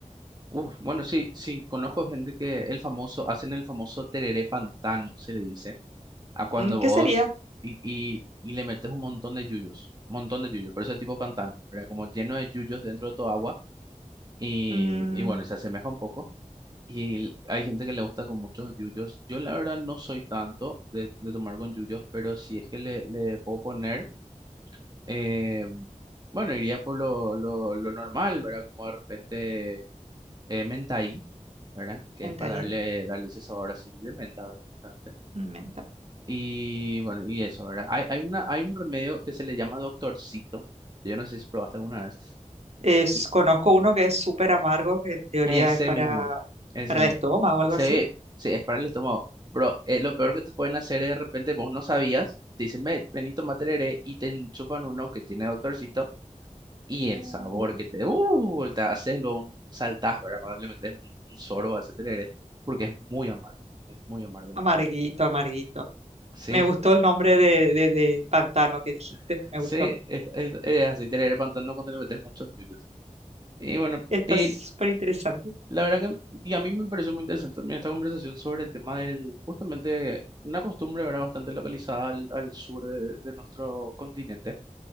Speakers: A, on the right; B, on the right.
A: Uf, bueno, sí, sí, conozco gente que el famoso, hacen el famoso tereré pantano, se le dice a cuando
B: Mm, ¿Qué
A: vos
B: sería?
A: y, y, y le metes un montón de yuyos, un montón de yuyos, pero eso es tipo pantano, ¿verdad? Como lleno de yuyos dentro de tu agua y,
B: Mm,
A: y bueno, y se asemeja un poco. Y l- hay gente que le gusta con muchos yuyos. Yo la verdad no soy tanto de, de tomar con yuyos, pero si es que le, le puedo poner, eh, bueno, iría por lo, lo, lo normal, ¿verdad? Como de repente eh, menta ahí, ¿verdad? Que
B: menta
A: es para
B: ahí,
A: darle, darle ese sabor así de menta, ¿verdad?
B: mm, menta.
A: Y bueno, y eso, ¿verdad? Hay, hay una, hay un remedio que se le llama doctorcito. Yo no sé si probaste alguna vez.
B: Es-
A: Y
B: conozco uno que es súper amargo, que en teoría
A: ese
B: es para,
A: mismo, ese
B: para
A: mismo.
B: el estómago o algo
A: Se,
B: así.
A: se es para el estómago. Pero eh, lo peor que te pueden hacer es de repente, vos no sabías, te dicen, ve, vení, tomate el heré", y te enchufan uno que tiene doctorcito y
B: Uh,
A: el sabor que te... ¡Uh! Te haces luego un saltás, ¿verdad? Cuando le metes un, un sorbo a ese tereré, porque es muy amargo, es muy amargo, la
B: Amarguito,
A: verdad.
B: amarguito.
A: Sí,
B: Me gustó el nombre de, de, de pantano que dijiste,
A: <laughs>
B: me
A: sí,
B: gustó.
A: es, es- es así, tereré pantano cuando le metes muchos yuyos. Y bueno,
B: Está
A: y
B: súper interesante.
A: la verdad que y a mí me pareció muy interesante también esta conversación sobre el tema del, justamente, una costumbre, ¿verdad? Bastante localizada al, al sur de, de nuestro continente.